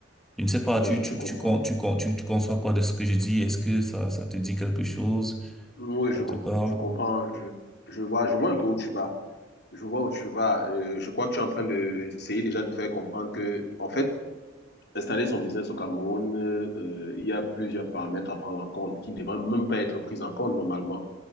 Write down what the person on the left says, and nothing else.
oui,
je comprends.
Oui, je,
com-
je comprends. Je, je vois, je vois un peu où tu vas. Je vois où tu vas. Euh, je crois que tu es en train de essayer déjà de faire comprendre que, en fait, installer son business au Cameroun, euh, il y a plusieurs paramètres à prendre en compte qui ne devraient même pas être pris en compte normalement.